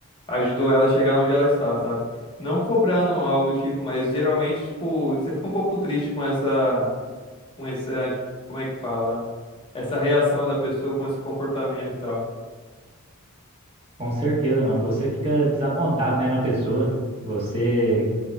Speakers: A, on the left; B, on the right.
A: ajudou ela a chegar onde ela está, sabe? Não cobrando algo do tipo, mas geralmente, tipo, você fica um pouco triste com essa, com essa, tipo, como é que fala? Essa reação da pessoa com esse comportamento e tal.
B: Com certeza, mano. Você fica desapontado, né, na pessoa. Você,